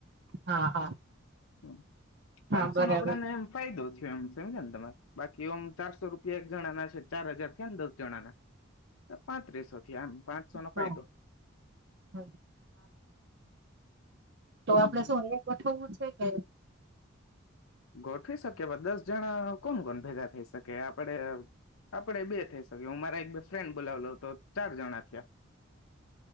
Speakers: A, on the right; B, on the left.
A: હા હા
B: હ
A: હા
B: પાંચસો
A: બરાબર
B: નો આપડાને એમ ફાયદો <unintelligible> તમારે બાકીમ ચારસો રૂપિયા એક જણા ના છે ચાર હજાર થયા ને દસ જણા ના પાંત્રીસો થથી એમ પાંચસો નો
A: હા
B: ફાયદો
A: હ તો
B: હમ.
A: આપડે શું એ ગોઠવવું છે, કે
B: ગોઠવી શકીએ દસ જણા કોણ કોણ ભેગા થઈ શકે, આપણે આપણે બે થઈ શકી હું મારા એક બે ફ્રેન્ડ બોલાવ લઉ તો ચાર જણા થયા